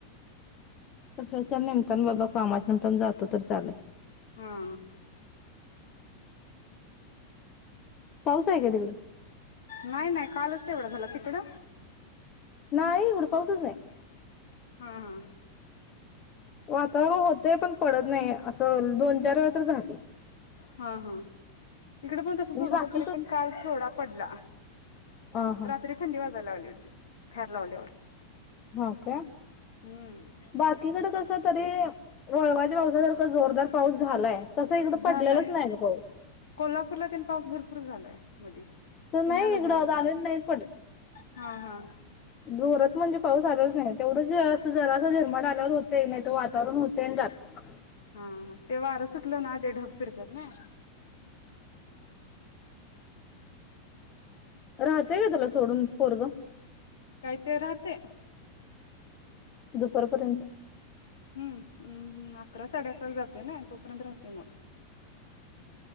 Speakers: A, on the left (about 30°); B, on the left (about 60°).
A: तशच त्या निमतान बाबा कामाच्या निमता जातो तर चालत
B: हा
A: पाऊस आहे का तिकडं
B: नाही नाही कालच तेवढा झाला तिकडं
A: नाही उडपाऊसच नाही
B: हा हा
A: वातावरण होतय पण पडत नाही असं दोन चार वेळ तर झाली
B: हा हा इकडे पण तसच
A: म्हणजे
B: होत
A: बाकीकड
B: होत तरी पण काल थोडा पडला
A: ह हा
B: रात्री थंडी वाज लावली होती फ्यार लावल्यावर
A: हा का
B: हम्म.
A: बाकीकड कस तरी वळवाच्या पावसासारखं का जोरदार पाऊस झालाय तसा इकडं
B: झालाय
A: पडलेलाच नाही ग पाऊस
B: कोल्हापूरलातेन पाऊस भरपूर झालाय मध
A: तर नाही
B: पुण्याला
A: इकडं
B: झालाय
A: दाणेच नाहीच
B: हा हा
A: जोरत म्हणजे पाऊस आलाच नाही तेवढंच अस जरासा झरमाट आला होते नाही तर वातावरण होते आणि जात
B: हा हा ते वार सुटलं ना ते ढग फिरतात ना
A: राहतोय का तुला सोडून पोरगं
B: ते राहते
A: दुपारपर्यंत
B: हम्मम अकरा साडे अकराला जातोय ना तोपर्यंत राहततो य मग